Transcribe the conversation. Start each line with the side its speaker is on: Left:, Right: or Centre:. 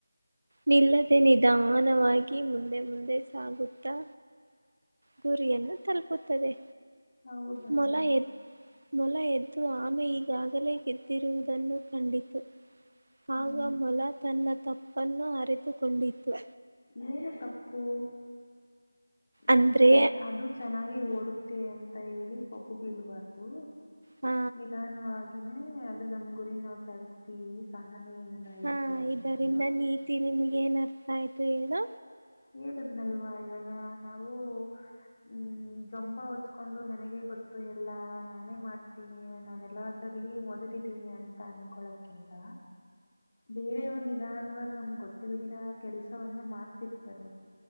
Right: ನಿಲ್ಲದೆ ನಿಧ. ಸಮಾನವಾಗಿ ಮುಂದೆ ಮುಂದೆ ಸಾಗುತ್ತಾ. ಗುರಿಯನ್ನು ತಲುಪುತ್ತದೆ.
Left: ಹೌದಾ.
Right: ಮೊಲ ಎದ್ ಮೊಲ ಎದ್ದು ಆಮೆ ಈಗಾಗಲೇ ಗೆದ್ದಿರುವುದನ್ನು ಕಂಡಿತು
Left: ಹ್ಮ್
Right: ಆಗ ಮೊಲ ತನ್ನ ತಪ್ಪನ್ನು ಅರೆತುಕೊಂಡಿತ್ತು.
Left: ಏನು ತಪ್ಪು.
Right: ಅಂದ್ರೆ
Left: ನಾನು ಚ ಅದು ಚೆನ್ನಾಗಿ ಓಡ. ಅಂತ ಹೇಳಿ ಕೊಬ್ಬು ಬೀಳ್ಬಾರ್ದು.
Right: ಹ
Left: ನಿಧಾನವಾಗಿ. ಅದೇನೆ, ಅದು, ನಮ್ ಗುರಿ ನಾವ್ ತರುತ್ತೀವಿ ಸಹ. <inaudible> ಮನೆಯಿಂದ,
Right: ಹಾ
Left: ಇದ್ರೆ ಅಂತ
Right: ಇದರಿಂದ
Left: ಅಲ್ವಾ! <inaudible>
Right: ನೀತಿ ನಿಮ್ಗೆ ಏನ್ ಅರ್ಥ ಆಯ್ತು ಹೇಳು?
Left: ಹೇಳುದ್ನಲ್ವಾ ಇವಾಗ ನಾವು, ಹ್ಮ ಜಂಬಾ ಹಚ್ಕೊಂಡು. ನನಗ ಗೊತ್ತು ಎಲ್ಲಾ ನಾನೇ ಮಾಡ್ತೀನಿ, ನಾನು ಎಲ್ಲದ್ರಲ್ಲಿ ಮೊದಲಿದೀನಿ. ಅಂತ ಅನ್ಕೊಳಕ್ಕಿಂತ ಬೇರೆಯವ್ರ ನಿಧಾನವಾಗಿ ನಮ್ ಗೊತ್ತಿಲ್ದಿರ ಕೆಲ್ಸವನ್ನ. ಮಾಡ್ ಅನ್ನುತ್ತಾರೆ,